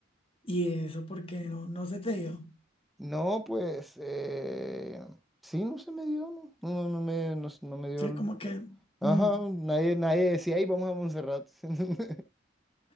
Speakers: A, on the left; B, in the centre.
A: y eso porque no, no se te dio.
B: No, pues, eh, sí, no se me dio, no, no, no no me, no, no me dio.
A: Sí,
B: el-
A: como que,
B: Ajá,
A: mm,
B: nadie, nadie decía, ay, vamos a Monserrate. <laughs>